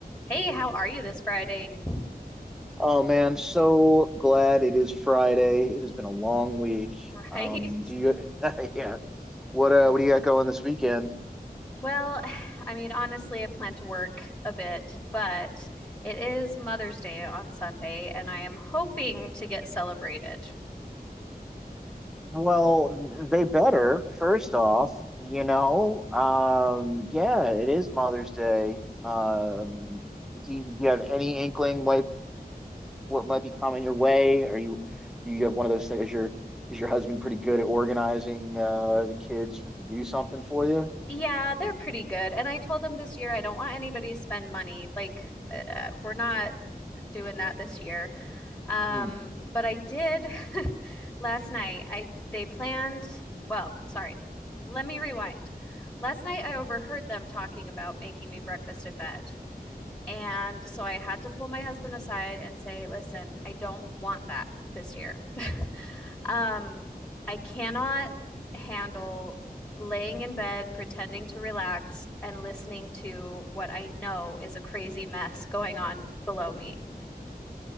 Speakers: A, on the left; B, in the centre.
A: Hey, how are you this Friday? <laughs>
B: Oh man, so glad it is Friday. It has been a long week.
A: Right?
B: Um, do you, <laughs> yeah, what uh, what do you got going this weekend?
A: Well, <sighs> I mean, honestly, I plan to work a bit, but it is Mother's Day on Sunday, and I am hoping to get celebrated.
B: Well, they better, first off, you know. Um, yeah, it is Mother's Day. Um, do you, do you have any inkling what what might be coming your way? Are you do you have one of those things? Is your is your husband pretty good at organizing uh the kids to do something for you?
A: Yeah, they're pretty good. And I told them this year I don't want anybody to spend money. Like, uh, uh, we're not doing that this year. Um,
B: Hmm.
A: but I did <laughs> last night. I they planned, well, sorry. Let me rewind. Last night I overheard them talking about making me breakfast in bed. And so I had to pull my husband aside and say, listen, I don't want that this year. <laughs> Um, I cannot handle laying in bed, pretending to relax, and listening to what I know is a crazy mess going on below me.